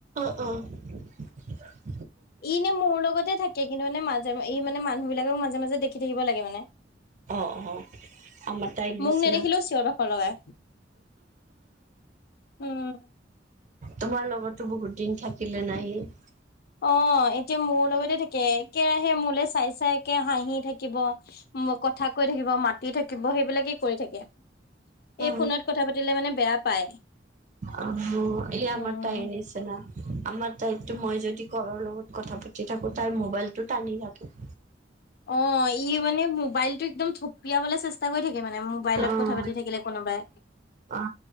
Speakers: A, on the right; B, on the left.
A: অহ
B: ইনে মোৰ লগতে থাকে কিন্তু মানে মাজে ই মানে মানুহ বিলাকক মাজে মাজে দেখি থাকিব লাগে মানে
A: অ অ আমাৰ টাই নিচিনা
B: মোক নেদেখিলেও চিঞৰ বাখৰ লগাই উম
A: তোমাৰ লগতো বহুত দিন থাকিলে নাই সি
B: অ এতিয়া মোৰ লগতে থাকে কেৰাহে মোলে চাই চাই একে হাঁহি থাকিব কথা কৈ থাকিব মাতি থাকিব সেইবিলাকে কৰি থাকে
A: অ
B: এই ফোনত কথা পাতিলে মানে বেয়া পায়
A: অ এই
B: উম।
A: আমাৰ তাইৰ নিচিনা আমাৰ তাইটো মই যদি কৰাৰ লগত কথা পাতি থাকো তাইৰ মোবাইলটো টানি থাকে
B: অ ই মানে মোবাইল টো একদম থপিয়াবলে চেষ্টা কৰি থাকে মানে মোবাইলত
A: অ
B: কথা পাতি থাকিলে কোনোবাই
A: অ